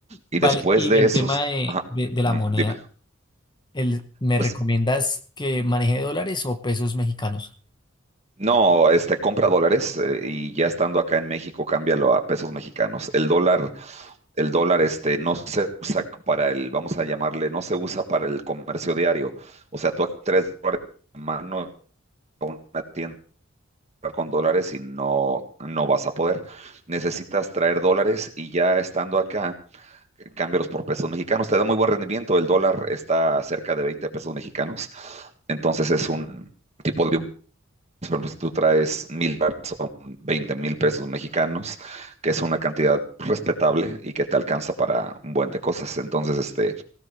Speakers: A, on the right; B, on the left.
A: Y
B: Vale,
A: después
B: y
A: de
B: el
A: esos,
B: tema de,
A: ajá,
B: de, de la
A: ujú,
B: moneda,
A: dime.
B: el, ¿me
A: Pues
B: recomiendas que maneje dólares o pesos mexicanos?
A: no, este compra dólares eh, y ya estando acá en México, cámbialo a pesos mexicanos. El dólar, el dólar este no se usa para el, vamos a llamarle, no se usa para el comercio diario. O sea, tú aquí tres dólares en la mano en una tienda con dólares y no, no vas a poder. Necesitas traer dólares y ya estando acá, eh, cámbialos por pesos mexicanos. Te da muy buen rendimiento. El dólar está cerca de 20 pesos mexicanos. Entonces es un tipo de por ejemplo, si tú traes mil dólares, son 20 mil pesos mexicanos, que es una cantidad respetable y que te alcanza para un buen de cosas. Entonces, este,